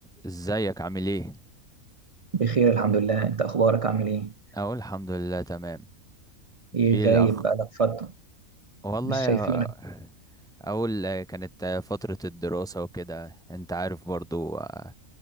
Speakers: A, in the centre; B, on the right.
A: ازيك عامل ايه
B: بخير الحمد لله انت اخبارك عامل ايه
A: اقول الحمد لله تمام
B: ايه
A: ايه
B: غايب
A: الاخ
B: بقالك فترة
A: والله
B: مش
A: يا-
B: شايفينك
A: اقول آه، كانت آه، فترة الدراسة وكده انت عارف برضو آه،